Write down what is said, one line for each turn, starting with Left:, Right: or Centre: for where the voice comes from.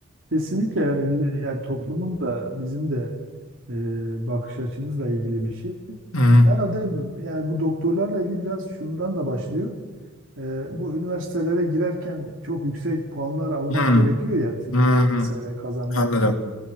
Right: kesinlikle yani bir- yani toplumun da bizim de e, bakış açımızla ilgili bir şey.
Left: Hı.
Right: Herhalde yani bu doktorlarla ilgili biraz şundan da başlıyor. Ee, bu üniversitelere girerken çok yüksek puanlar almak
Left: Hmm,
Right: gerekiyor ya tıpları
Left: hmm,
Right: vesaire kazanmak
Left: anladım.
Right: için.